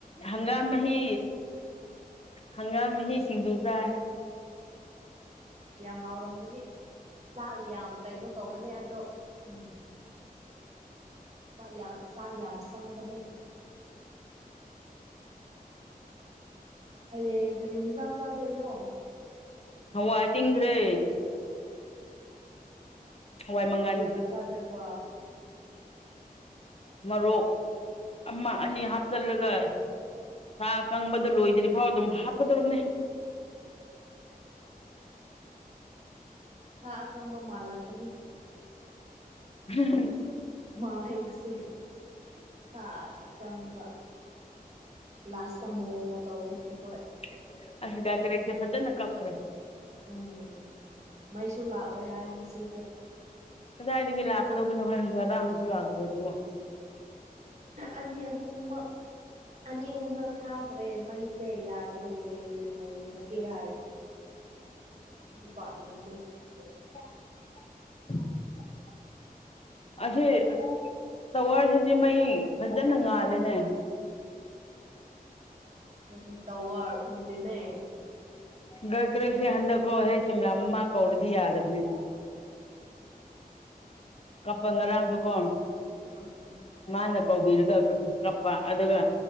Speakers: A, on the left (about 40°); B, on the right (about 45°).
A: ꯍꯪꯒꯥꯝ ꯃꯍꯤ ꯍꯪꯒꯥꯝ ꯃꯍꯤ ꯁꯤꯡꯖꯨ ꯆꯥꯏ
B: ꯌꯥꯝ ꯍꯥꯎꯔꯝꯒꯅꯤ ꯆꯥꯛ ꯌꯥꯝ ꯀꯩꯅꯣ ꯇꯧꯕꯅꯦ ꯑꯗꯣ ꯎꯝ ꯁꯥ ꯌꯥꯝ ꯆꯥꯛ ꯌꯥꯝ ꯆꯪꯕꯅꯦ ꯍꯌꯦꯡ ꯀꯔꯤ ꯏꯟꯁꯥꯡ ꯆꯥꯗꯣꯏꯅꯣ
A: ꯍꯋꯥꯏ ꯇꯤꯡꯒ꯭ꯔꯦ ꯍꯋꯥꯏ ꯃꯪꯒꯜ
B: ꯀꯔꯤꯒꯥ ꯆꯥꯗꯣꯏꯕ
A: ꯃꯔꯣꯔꯣꯛ ꯑꯃ ꯑꯅꯤ ꯍꯥꯞꯆꯤꯜꯂꯒ ꯁꯥ ꯀꯪꯕꯗ ꯂꯣꯏꯗ꯭ꯔꯤ ꯐꯥꯎ ꯑꯗꯨꯝ ꯍꯥꯞꯀꯗꯧꯕꯅꯦ
B: ꯁꯥ ꯑꯀꯪꯕ ꯃꯥꯂꯛꯀꯅꯤ
A: ꯎꯝ
B: ꯃꯥꯥꯏꯒꯁꯦ ꯁꯥ ꯀꯪꯕ ꯂꯥꯁꯇꯥ ꯃꯣ ꯇꯧꯕꯒꯤ ꯑꯩꯈꯣꯏ
A: <unintelligible> ꯐꯖꯅ ꯀꯞꯈ꯭ꯔꯦ
B: ꯎꯝ ꯃꯩꯁꯨ ꯂꯥꯛꯑꯣꯏ ꯍꯥꯏ ꯉꯁꯤ
A: ꯀꯗꯥꯏꯗꯒꯤ ꯂꯥꯛꯀꯗꯧꯕꯅꯣ ꯍꯣꯏ ꯉꯔꯥꯡꯁꯨ ꯂꯥꯛꯇ꯭ꯔꯥꯕꯗꯨꯕꯣ
B: ꯑꯅꯤ ꯑꯍꯨꯝꯃꯛ ꯑꯅꯤ ꯑꯍꯨꯝꯔꯛ ꯊꯥꯈ꯭ꯔꯦ ꯃꯩꯁꯦ ꯌꯥꯗ꯭ꯔꯦ ꯍꯌꯦꯡꯅ ꯌꯦꯡꯉꯥꯒꯦ ꯍꯥꯏ ꯗꯤꯄꯥꯔꯃꯦꯟꯗꯣ
A: <unintelligible> ꯑꯁꯤ ꯇꯋꯥꯔꯁꯤꯗꯤ ꯃꯩ ꯐꯖꯅ ꯉꯥꯜꯂꯦꯅꯦ
B: ꯀꯔꯤ ꯇꯧꯋꯥꯔ ꯎꯗꯦꯅꯦ
A: ꯒ꯭ꯔꯛ ꯀ꯭ꯔꯛꯁꯦ ꯍꯟꯗꯛꯀꯣ ꯍꯦ ꯁꯤꯝꯂꯥ ꯃꯃꯥ ꯀꯧꯔꯗꯤ ꯌꯥꯗꯕꯅꯦ ꯀꯞꯄ ꯉꯔꯥꯡꯁꯨ ꯀꯣ
B: <unintelligible>
A: ꯃꯥꯅ ꯀꯧꯕꯤꯔꯒ ꯀꯞꯄ ꯑꯗꯨꯒ